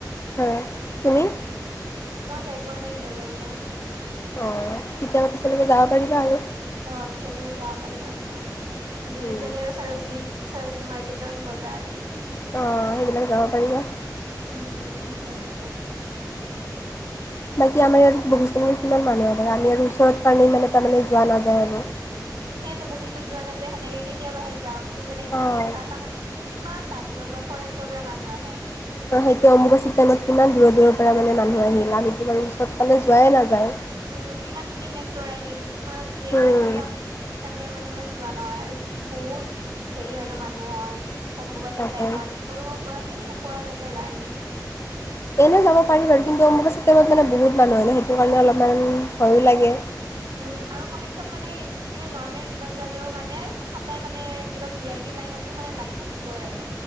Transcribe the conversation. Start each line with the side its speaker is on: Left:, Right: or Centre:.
Left: হয়। তুমি?
Right: মই যাই পোৱা নাই এতিয়ালৈকে।
Left: অ তেতিয়া ম পিছলৈকে যাব পাৰিবা আৰু।
Right: অ পিছলৈকে যাব পাৰিম আৰু দিল্লীত
Left: উম,
Right: জালি আৰু চাৰজনীত <unintelligible> চাৰজননি মাৰ্কেটত বজাৰ।
Left: অ সেইবিলাক যাব পাৰিবা।
Right: উ সেইয়েত <unintelligible>
Left: বাকী আমাৰ ইয়াত বহুস্থানী কিমান মানুহ আহে আমি আৰু ওচৰত কাৰণে ইমান এ তাৰমানানে যোৱা নাযায় আৰু।
Right: সেইয়েটো বশিষ্টত যোৱা নাই যে, সেনেকে কেতিয়াবাহে যাও। তাৰপিছত যেনেকে
Left: আৰু
Right: কামাখ্যা
Left: অ
Right: কামাখ্যা কিমান বাহিৰৰ পৰা ফৰেনৰ পৰা মানুহ আহে।
Left: আৰু সেইটো অম্বুবাচী টাইমত কিমান দূৰৰ দূৰৰ পৰা মানে মানুহ আহিল আমিটো বাৰ ওচৰত ফালে যোৱাই নাযায়।
Right: উম কিমান ফিল্ম এক্টৰ আহিল, কিমান কি আহিল।
Left: উম,
Right: কিন্তু আমাৰ সে কাৰণে মানে ইমান যোৱা নহয় আৰু বহুত হেৰি হয় ন মানুহ হয়। অম্বুবাচীৰ
Left: তাকে
Right: টাইমত তলৰ পৰা সেই ওপৰলৈকে লাইন।
Left: এনে যাব পাৰি বাৰু কিন্তু অম্বুবাচী টাইমত মানে বহুত মানুহ আহে সেইটো কাৰণে অলপমান ভয়ো লাগে। <unintelligible>
Right: উম আৰু কামাখ্যাত মানে তুমি নৰ্মেল দিনত যালেও মানে সদায় মানে কি কয় ভি আই পি লাইনতো মানে লাইন থাকিবই আৰু।